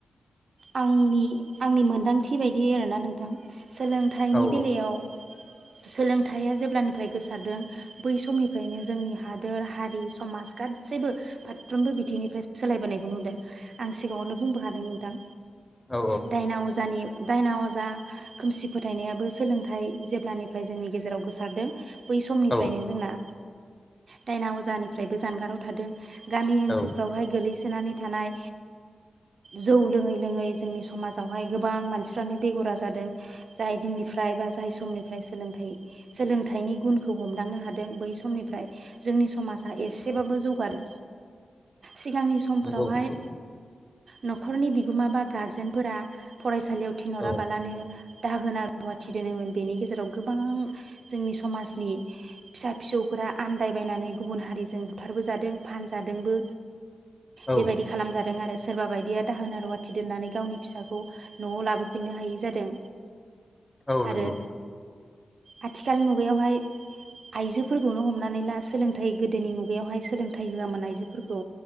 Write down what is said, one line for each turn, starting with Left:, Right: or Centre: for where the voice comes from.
Right: आंनि आंनि मोनदांथि बायदि आरोना नोंथां। सोलोंथाइनि
Left: औ
Right: बेलायाव सोलोंथाइया जेब्लानिफ्राय गोसारदों बै समनिफ्रायनो जोंनि हादोर हारि समाज गासैबो फारफ्रोमबो बिथिंनिफ्राय सोलायबोनायखौ नुदों आं सिगाङावनो बुंबो खादों नोंथां।
Left: औ
Right: दायना अजानि दायना अजा खोमसि फोथायनायाबो सोलोंथाइ जेब्लानिफ्राय जोंनि गेजेराव गोसारदों बै समनिफ्रायनो
Left: औ
Right: जोंना दायना अजानिफ्रायबो जानगाराव थादों। गामि ओनसोलफ्रावहाय
Left: औ
Right: गोलै सानै थानाय जौ लोङै लोङै जोंनि समाजावहाय गोबां मानसिफ्रानो बेगरा जादों जाय दिननिफ्राय बा जाय समनिफ्राय सोलोंथाइ सोलोंथाइनि गुनखौ हमदांनो हादों बै समनिफ्राय जोंनि समाजा एसेबाबो जौगानो सिगांनि समफोरावहाय
Left: नंगौ नंगौ
Right: न'खरनि बि गोमा बा गारजेनफोरा फरायसालियाव थिनहराबालानो
Left: औ
Right: दाहोना रुवाथि दोनोमोन बेनि गेजेराव गोबां जोंनि समाजनि फिसा फिसौफोरा आन्दायबायनानै गुबुन हारिजों बुथारबोजादों फानजादोंबो।
Left: औ
Right: बेबायदि खालामजादों आरो। सोरबा बायदिया दाहोन रुवा थि दोननानै गावनि फिसाखौ न'आव लाबोफिननो हायि जादों।
Left: औ नंगौ
Right: आरो आथिखाल मुगायावहाय आइजोफोरखौनो हमनानै ला सोलोंथाइ गोदोनि मुगायावहाय सोलोंथाइ होआमोन आइजोफोरखौ।